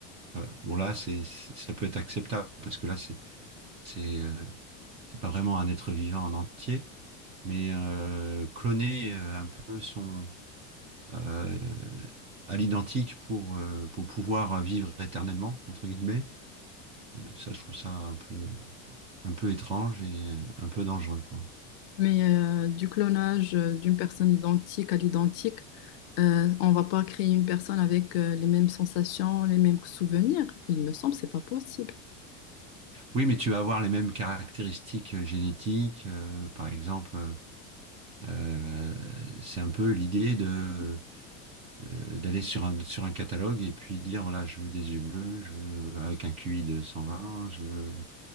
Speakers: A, on the right; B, on the left.
A: voilà. bon là c'est, c'est- ça peut être acceptable parce que là c'est, c'est, euh, c'est pas vraiment un être vivant en entier, mais euh, cloner euh, un peu son euh, à l'identique pour euh, pour pouvoir vivre éternellement entre guillemets. Euh, Ça, je trouve ça un peu un peu étrange et euh, un peu dangereux, quoi.
B: Mais euh, du clonage euh, d'une personne identique à l'identique, euh, on va pas créer une personne avec euh, les mêmes sensations, les mêmes souvenirs. Il me semble, c'est pas possible.
A: Oui, mais tu vas avoir les mêmes caractéristiques euh, génétiques. euh, par exemple, euh, c'est un peu l'idée de euh, d'aller sur un sur un catalogue et puis dire voilà, je veux des yeux bleus, je veux avec un QI de cent vingt je veux